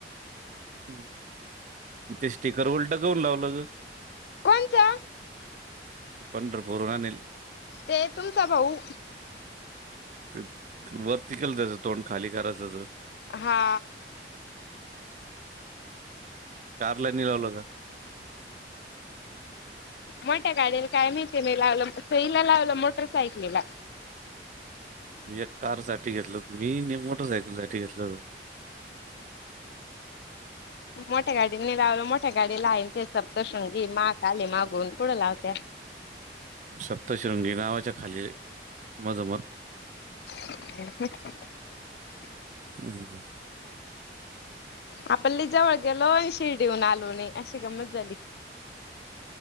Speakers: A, on the right; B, on the left.
A: हम्म ते स्टिकर उलट घऊन लावलं. हम.
B: कोणचा?
A: प पंत बर रानतील.
B: ते तुमचा भाऊ.
A: ते वरतीिकल त्याचं तोंड खाली करायचं तर
B: हा.
A: कारलानी लावलं का?
B: मोठ्या गाडीला काय मीती नाही लावलं इला लावलं मोटर सायकलीला
A: एक कार साठी घेतलं होत मी मोटरसायकल साठी घेतलं होत.
B: मोठ्या गाडीने लावलं मोठ्या गाडी ला आहेन ते सपतशृंगी मा. ले मागून पुढे लावत.
A: सप्तशृंगी नावाच्या खाली मजमत
B: ह.
A: हम्म.
B: आपली जवळ गेलोय शिर्डीऊन आलोणे अशी गमत झाली.